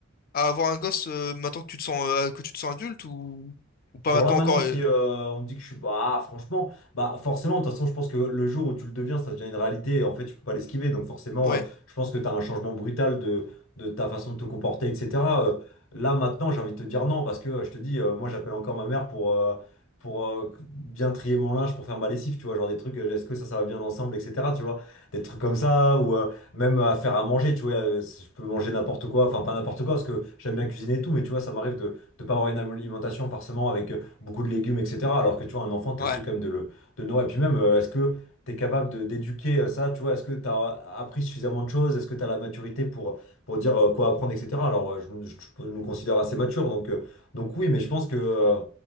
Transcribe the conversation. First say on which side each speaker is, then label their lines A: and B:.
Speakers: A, on the left; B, on the left.
A: à avoir un gosse euh, maintenant que tu te sens, euh, que tu te sens adulte ou, ou pas
B: Genre
A: maintenant
B: là maintenant
A: encore
B: si
A: euh,
B: euh, on me dit que je suis bah franchement bah forcément de toute façon je pense que le jour où tu le deviens ça devient une réalité et en fait tu peux pas l'esquiver donc forcément
A: Ouais,
B: euh, je pense que tu as un changement brutal de, de ta façon de te comporter etc. Euh, là maintenant j'ai envie de te dire non parce que euh, je te dis euh, moi j'appelle encore ma mère pour euh, pour euh, bien trier mon linge pour faire ma lessive tu vois genre des trucs euh, est-ce que ça ça va bien ensemble etc. tu vois des trucs comme ça ou euh, même à faire à manger tu vois euh, je peux manger n'importe quoi enfin pas n'importe quoi parce que j'aime bien cuisiner et tout mais tu vois ça m'arrive de de pas avoir une alimentation forcément avec beaucoup de légumes, etc. Alors que tu vois, un enfant, tu
A: ouais.
B: es obligé quand même de le de le nourrir. Et puis même, euh, est-ce que tu es capable de- d'éduquer euh, ça, tu vois, est-ce que tu as appris suffisamment de choses, est-ce que tu as la maturité pour, pour dire euh, quoi apprendre, etc. Alors, euh, je, je- je nous considère assez matures, donc, euh, donc oui, mais je pense que, euh,